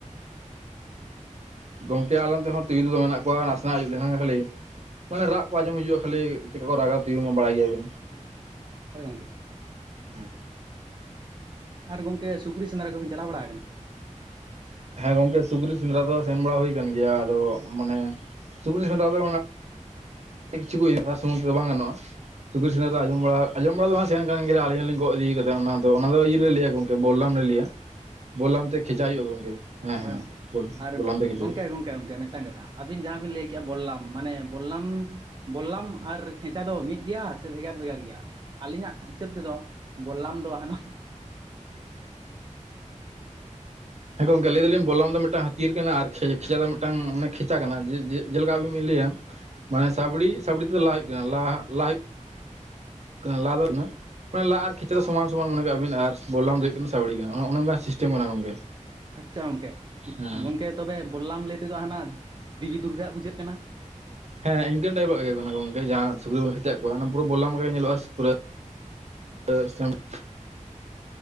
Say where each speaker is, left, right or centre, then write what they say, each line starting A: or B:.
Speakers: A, on the right (about 55°); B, on the right (about 35°).
A: ᱜᱚᱝᱠᱮ ᱟᱞᱚᱢ ᱛᱮ ᱦᱚᱸ ᱛᱩᱭᱩ ᱫᱚ ᱫᱚᱢᱮ ᱢᱮᱱᱟᱜ ᱠᱚᱣᱟ ᱱᱟᱥᱮᱱᱟᱜ ᱟᱹᱭᱩ ᱞᱮᱠᱷᱟᱱ ᱠᱷᱟᱹᱞᱤ ᱢᱟᱱᱮ ᱨᱟᱜ ᱠᱚ ᱟᱸᱡᱚᱢ ᱦᱤᱡᱩᱜ-ᱟ ᱠᱷᱟᱹᱞᱤ ᱪᱤᱠᱟ ᱠᱚ ᱨᱟᱜᱟ ᱛᱤᱭᱳ ᱢᱟ ᱵᱟᱲᱟᱭ ᱜᱮᱭᱟ ᱵᱤᱱ
B: ᱦᱳᱭ ᱜᱚᱝᱠᱮ
A: ᱦᱮᱸ
B: ᱟᱨ ᱜᱚᱢᱠᱮ ᱥᱩᱠᱨᱤ ᱥᱮᱸᱫᱽᱨᱟ ᱠᱚᱵᱤᱱ ᱪᱟᱞᱟᱣ ᱵᱟᱲᱟ ᱟᱠᱟᱱᱟ
A: ᱦᱮᱸ ᱜᱚᱝᱠᱮ ᱥᱩᱠᱨᱤ ᱥᱮᱸᱫᱽᱨᱟ ᱫᱚ ᱥᱮᱱ ᱵᱟᱲᱟ ᱦᱩᱭ ᱟᱠᱟᱱ ᱜᱮᱭᱟ ᱟᱫᱚ ᱢᱟᱱᱮ ᱥᱩᱠᱨᱤ ᱥᱮᱸᱫᱽᱨᱟ ᱫᱚ ᱠᱤᱷᱩ <inaudible> ᱫᱚ ᱵᱟᱝ ᱜᱟᱱᱚᱜᱼᱟ ᱥᱩᱠᱨᱤ ᱥᱮᱸᱱᱫᱽᱨᱟ ᱨᱮ ᱟᱸᱡᱚᱢ ᱵᱟᱲᱟ ᱟᱸᱡᱚᱢ ᱫᱚ ᱵᱟᱝ ᱥᱮᱱ ᱟᱠᱟᱱ ᱜᱮᱭᱟ ᱟᱞᱤᱧ ᱦᱚᱸᱞᱤᱧ ᱜᱚᱜ ᱤᱫᱤ ᱠᱟᱫᱟ ᱚᱱᱟ ᱫᱚ ᱚᱱᱟ ᱫᱚ ᱤᱭᱟᱹ ᱞᱮ ᱞᱟᱹᱭ ᱟ ᱜᱚᱝᱠᱮ ᱵᱚᱞᱞᱟᱢ ᱞᱮ ᱞᱟᱹᱭ ᱟ <unintelligible> ᱵᱚᱞᱞᱟᱢ ᱛᱮ ᱠᱷᱤᱪᱟᱹᱣ ᱦᱩᱭᱩᱜ-ᱟ ᱜᱚᱝᱠᱮ ᱦᱮᱸ
B: ᱦᱳᱭ
A: ᱦᱮᱸ
B: ᱜᱚᱝᱠᱮ ᱟᱨ
A: ᱵᱚᱞᱞᱟᱢ ᱛᱮ ᱠᱷᱤᱪᱟᱹᱣ
B: ᱜᱚᱝᱠᱮ
A: ᱦᱩᱭᱩᱜ-ᱟ
B: ᱜᱚᱝᱠᱮ ᱜᱚᱝᱠᱮ ᱢᱤᱫᱴᱟᱝ ᱠᱟᱛᱷᱟ ᱟᱹᱵᱤᱱ ᱡᱟᱦᱟᱸ ᱵᱤᱱ ᱞᱟᱹᱭ ᱠᱮᱫᱮᱜ-ᱟ ᱵᱚᱞᱞᱟᱢ ᱢᱟᱱᱮ ᱵᱚᱞᱞᱟᱢ ᱵᱚᱞᱞᱟᱢ ᱟᱨ ᱠᱷᱮᱸᱪᱟ ᱫᱚ ᱢᱤᱫ ᱜᱮᱭᱟ ᱥᱮ ᱵᱷᱮᱜᱟᱨ ᱵᱷᱮᱜᱟᱨ ᱜᱮᱭᱟ ᱟᱹᱞᱤᱧᱟᱜ ᱦᱤᱥᱟᱹᱵ ᱛᱮ ᱫᱚ ᱵᱚᱞᱞᱟᱢ ᱫᱚ ᱦᱟᱱᱟ <inaudible>
A: ᱦᱮᱸ ᱜᱚᱝᱠᱮ ᱞᱟᱹᱭ ᱫᱟᱞᱤᱧ ᱵᱚᱞᱞᱟᱢ ᱫᱚ ᱢᱤᱫᱴᱟᱝ ᱦᱟᱹᱛᱭᱟᱹᱨ ᱠᱟᱱᱟ ᱟᱨ ᱠᱷᱮᱪᱟ ᱫᱚ ᱢᱤᱫᱴᱟᱝᱮ ᱠᱷᱮᱪᱟ ᱠᱟᱱᱟ ᱡᱮ ᱡᱮᱞᱮᱠᱟ ᱟᱵᱤᱱ ᱵᱤᱱ ᱞᱟᱹᱭᱟ᱾ ᱢᱟᱱᱮ ᱥᱵᱲᱤ ᱥᱵᱲᱤ ᱛᱮᱫᱚ ᱞᱟ ᱦᱩᱭᱩᱜ ᱠᱟᱱᱟ ᱞᱟᱦᱟ ᱦᱩᱭᱩᱜ ᱠᱟᱱᱟ ᱞᱟᱵᱷ ᱠᱟᱱᱟ <inaudible> ᱢᱟᱱ ᱞᱟᱜ ᱟᱨ ᱠᱷᱮᱪᱟ ᱥᱚᱢᱟᱱ ᱥᱚᱢᱟᱱ ᱢᱮ ᱠᱟᱜᱵᱤᱱ ᱟᱨ ᱵᱚᱞᱞᱟᱢ ᱫᱚ ᱦᱩᱭᱩᱜ ᱠᱟᱱᱟᱤᱱ ᱥᱟ ᱟᱹᱲᱤ ᱠᱟᱱᱟ ᱜᱼᱚᱱᱮ ᱱᱚᱝᱠᱟ ᱥᱤᱥᱴᱮᱢ ᱠᱟᱱᱟ ᱜᱚᱝᱠᱮ
B: ᱟᱪᱪᱷᱟ ᱜᱚᱝᱠᱮ
A: ᱦᱮᱸ
B: ᱜᱚᱝᱠᱮ ᱛᱚᱵᱮ ᱵᱚᱞᱞᱟᱢ ᱞᱟᱹᱭ ᱛᱮᱫᱚ ᱦᱟᱱᱟ ᱫᱮᱵᱤ ᱫᱩᱨᱜᱟᱜ ᱵᱩᱡᱷᱟᱹᱜ ᱠᱟᱱᱟ᱾
A: ᱦᱮᱸ ᱤᱱᱠᱟᱹᱱ ᱴᱟᱭᱤᱵᱟᱜ ᱜᱮ ᱠᱟᱱᱟ ᱜᱚᱢᱠᱮ ᱡᱟᱦᱟᱸ ᱥᱩᱠᱨᱤ ᱵᱚᱱ ᱠᱷᱤᱪᱟᱭᱮᱫ ᱠᱚᱣᱟ ᱚᱱᱟ ᱯᱩᱨᱟᱹ ᱵᱚᱞᱞᱟ ᱜᱮ ᱧᱮᱞᱚᱜᱼᱟ ᱯᱩᱨᱟᱹ <unintelligible>